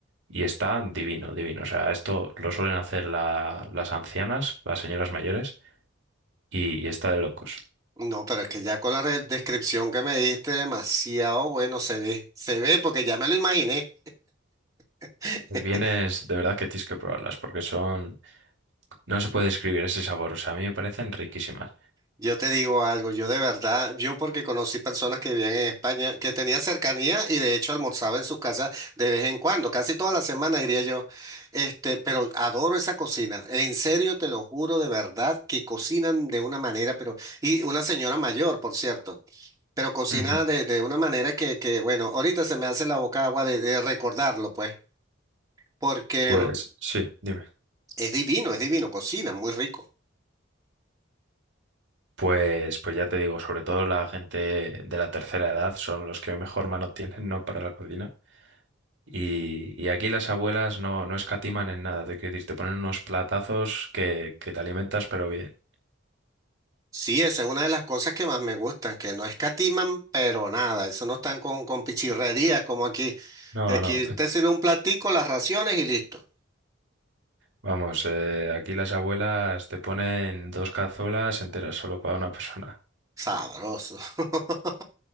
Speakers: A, on the right; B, on the right.
A: Y está divino, divino. O sea, esto lo suelen hacer la- las ancianas, las señoras mayores, y, y está de locos.
B: No, pero es que ya con la re- descripción que me diste, demasiado bueno se ve, se ve porque ya me lo imaginé. <laughs>
A: Vienes, de verdad que tienes que probarlas, porque son No se puede describir ese sabor, o sea, a mí me parecen riquísimas.
B: Yo te digo algo, yo de verdad, yo porque conocí personas que vivían en España, que tenía cercanía y de hecho almorzaba en sus casas de vez en cuando, casi toda la semana diría yo, este, pero adoro esa cocina, en serio te lo juro de verdad que cocinan de una manera, pero, y una señora mayor, por cierto. Pero cocina
A: Ujú.
B: de, de una manera que, que, bueno, ahorita se me hace la boca agua de, de recordarlo, pues, porque
A: Pues
B: mm,
A: sí, dime.
B: es divino, es divino, cocina muy rico.
A: Pues, pues ya te digo, sobre todo la gente de la tercera edad son los que mejor mano tienen, ¿no? Para la cocina. Y, y aquí las abuelas no, no escatiman en nada, te quiero decir, te ponen unos platazos que, que te alimentas, pero bien.
B: Sí, esa es una de las cosas que más me gustan, que no escatiman, pero nada, eso no están con, con pichirrería como aquí,
A: No,
B: que aquí
A: no,
B: te sirve un platico, las raciones y listo.
A: vamos, eh, aquí las abuelas te ponen dos cazuelas enteras solo para una persona.
B: Sabroso. <laughs>